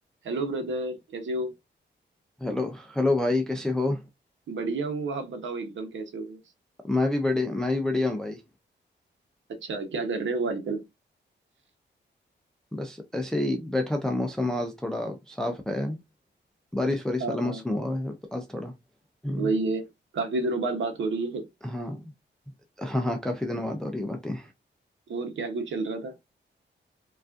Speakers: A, on the right; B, in the centre.
A: Hello brother कैसे हो
B: Hello Hello भाई कैसे हो
A: बढ़िया हूँ आप बताओ एकदम कैसे हो
B: मैं भी बड़े मैं भी बढ़िया हूँ भाई
A: अच्छा क्या कर रहे हो आजकल
B: बस ऐसे ही बैठा था मौसम आज थोड़ा साफ है बारिश वारिश
A: हाँ
B: वाला मौसम
A: हाँ
B: हुआ है तो आज थोड़ा हम्म,
A: वही है काफी दिनों बाद बात हो रही है
B: हाँ हाँ हाँ काफी दिन बाद हो रही है बातें
A: और क्या कुछ चल रहा था